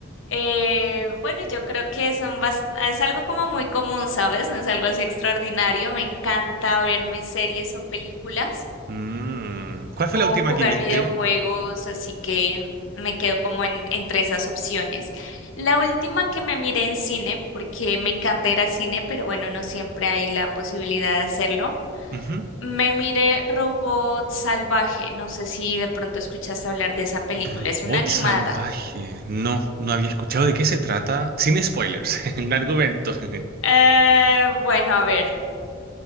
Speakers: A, on the left; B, on the right.
A: eh, bueno, yo creo que son bas- es algo como muy común, ¿sabes? No es algo así extraordinario. Me encanta verme series o películas.
B: Mm, ¿cuál fue
A: o
B: la última
A: jugar
B: que viste?
A: videojuegos, así que me quedo como en, entre esas opciones. La última que me miré en cine, porque me encanta ir a cine, pero bueno, no siempre hay la posibilidad de hacerlo.
B: Ujú.
A: Me miré Robot Salvaje, no sé si de pronto escuchaste hablar de esa película,
B: Robot
A: es una animada.
B: salvaje. No, no había escuchado de qué se trata. Sin spoilers, <laughs> un argumento. <laughs>
A: Eh, bueno, a ver,